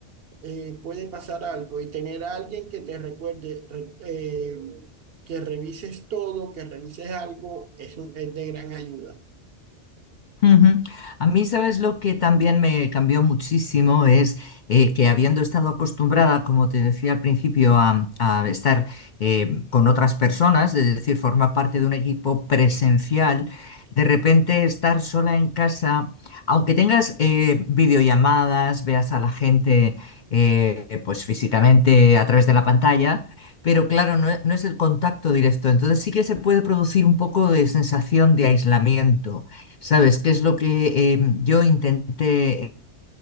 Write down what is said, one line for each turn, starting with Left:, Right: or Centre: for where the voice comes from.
Right: eh, puede pasar algo y tener a alguien que te recuerde, re- eh, que revises todo, que revises algo, es, un- es de gran ayuda.
Left: Ujú. A mí, ¿sabes lo que también me cambió muchísimo? Es eh, que habiendo estado acostumbrada, como te decía al principio, a, a estar eh, con otras personas, es decir, formar parte de un equipo presencial, de repente estar sola en casa, aunque tengas eh, videollamadas, veas a la gente eh, pues físicamente a través de la pantalla. Pero claro, no es no es el contacto directo, entonces sí que se puede producir un poco de sensación de aislamiento. ¿Sabes? ¿Qué es lo que eh, yo intenté eh,